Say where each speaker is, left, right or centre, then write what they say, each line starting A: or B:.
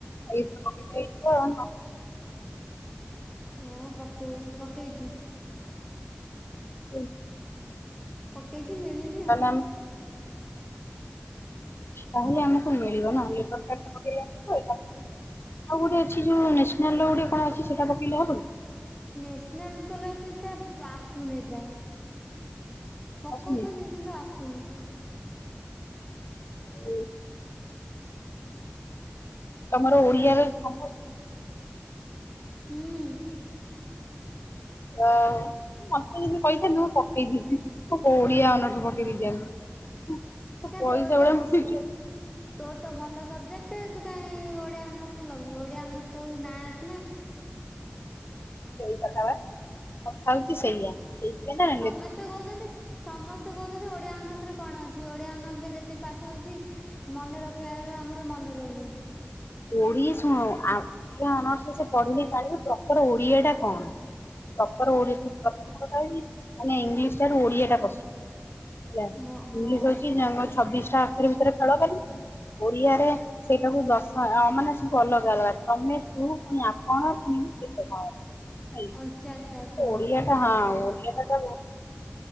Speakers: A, on the left; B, on the left.
A: ଏଇଥିରେ କଟିଯାଇଥିବ ଆଉ ନା।
B: ହଁ ପକେଇ ପକେଇଛି।
A: ଉଁ
B: ପକେଇଚି ମିଳିନି ଆଉ।
A: ଆମକୁ ତାହେଲେ ଆମକୁ ମିଳିବ ନା ଲେବର କାର୍ଡ <unintelligible> ଆଉ ଗୋଟେ ଅଛି ଯୋଉଁ ନେସନାଲ ର କଣ ଗୋଟେ ଅଛି ସେଟା ପକେଇଲେ ହବନି।
B: ନ୍ୟାସନାଲ ସ୍କଲରସିପ ଟା ଆସୁନି ପ୍ରାୟ ପକଉଛନ୍ତି।
A: ଆସୁନି
B: ସେନ୍ତା ଆସୁନି।
A: ଉଁ ତମର ଓଡିଆର ସମ
B: ହୁଁ।
A: ଆ ମତେ ଯଦି କହିଥାନ୍ତ ମୁଁ ପକେଇ ଦେଇଛି ଓଡ଼ିଆ ଅନର୍ସ ପକେଇ ଦେଇଛି।
B: କା
A: ପଇସା
B: ତୋ ତ
A: ଏଡା <unintelligible>
B: ତୋର ତ ଭଲ ସବଜେକ୍ଟ ତୁ କାଇହିଁ ଓଡିଆ ଅନର୍ସ ନବୁ ଓଡିଆ ଅନର୍ସ ତ ନାଁ ଅଛି ନା।
A: ସେଇ କଥା ବା, କଥା ହଉଚି ସେଇଆ। ସେଇ <unintelligible>
B: ସମସ୍ତେ କହୁଚନ୍ତି, ସମସ୍ ମତେ କହୁଚନ୍ତି ଓଡ଼ିଆ ଅନର୍ସରେ କଣ ଅଛି? ଓଡ଼ିଆ ଅନର୍ସରେ ଯେତିକି ପାଠ ଅଛି ମନେ ରଖିବା ବେଳୁ, ଆମର ମନେ ରହୁନି।
A: ଓଡି ଶୁଣ ଆଉ ଓଡିଆ ଅନର୍ସରେ ସେ ପଢିଲି ଜାଣିବୁ, ପ୍ରପର୍ ଓଡିଆ ଟା କଣ? ପ୍ରପର୍ ଓଡିଆ, ପ୍ରଥମ କଥା ହଉଚି ମାନେ ଇଂଲିଶ ଠାରୁ ଓଡିଆ ଟା କଷ୍ଟ। ହେଲା,
B: ହଁ ହଁ
A: ଇଂଲିଶି ହଉଚି <unintelligible> ଛବିଶଟା ଅକ୍ଷର ଭିତରେ ଖେଳକଲି, <unintelligible> ଓଡିଆରେ ସେଇଟାକୁ ଦର୍ଶ ମାନେ ସବୁ ଅଲଗା ଅଲଗା, ତମେ, ତୁ, ପୁଣି ଆପଣ, ପୁଣି କେତେ କଣ ଅଛି। ଭାଇ,
B: ଅଣଚାଶଟା ଅକ୍ଷର
A: ଓଡ଼ିଆ ଟା ହଁ ଓଡ଼ିଆ ଟା ତ